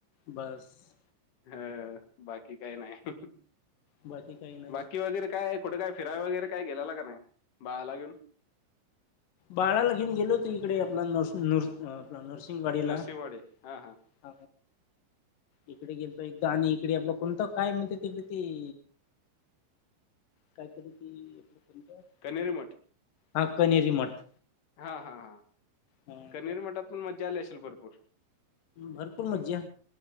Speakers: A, on the left (about 80°); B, on the left (about 55°).
A: बस.
B: ह बाकी काय नाही
A: बाकी काही नाही.
B: बाकी वगैरे काय कुठं काय फिराय वगैरे काय गेलेला का नाही बाळाला घेऊन?
A: बाळाला घेऊन गेलो होत इकडे आपला नस न आपला नर्सिंगवाडीला.
B: नरसिंहवाडी. हां,
A: <inaudible>
B: हां.
A: इकडे गेलो एकदा आणि इकडे आपलं कोणतं काय म्हणते तिकडे ते काहीतरी ती आपलं कोणतं?
B: कनेरी मठ.
A: हा कनेरी मठ.
B: हा हा हा,
A: हा
B: कनेरी मठात पण मज्जा आली असेल भरपूर?
A: भरपूर मज्जा